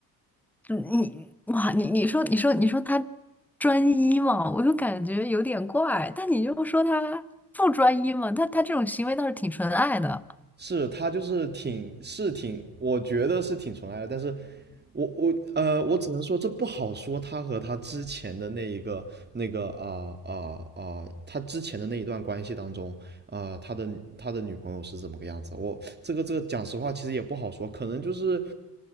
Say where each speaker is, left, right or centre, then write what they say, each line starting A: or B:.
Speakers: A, in the centre; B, on the right.
A: 嗯你哇，你你说你说你说他专一嘛，我就感觉有点怪，但你又说他不专一嘛，他他这种行为倒是挺纯爱的。
B: 是他就是挺是挺，我觉得是挺纯爱的，但是我我呃，我只能说这不好说，他和他之前的那一个那个啊啊啊，他之前的那一段关系当中啊，他的他的女朋友是怎么个样子？我这个这个讲实话，其实也不好说，可能就是